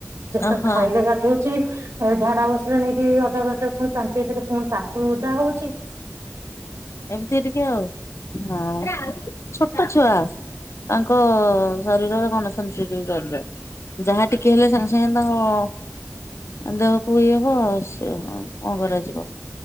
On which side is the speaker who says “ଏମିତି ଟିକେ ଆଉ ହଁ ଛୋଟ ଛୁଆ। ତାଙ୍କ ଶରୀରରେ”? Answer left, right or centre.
Left